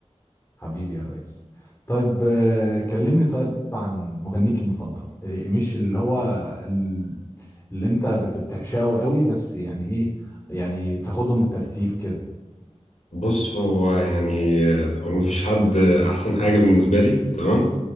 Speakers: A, on the left; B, on the left.
A: حبيبي يا ريس طيب آه، كلمني طيب عن مغنيك المفضل ال- مش اللي هو ال- اللي انت بت- بتعشقه قوي بس يعني ايه يعني تاخدهم بالترتيب كده
B: بص هو يعني هو مفيش حد أحسن حاجة بالنسبة لي تمام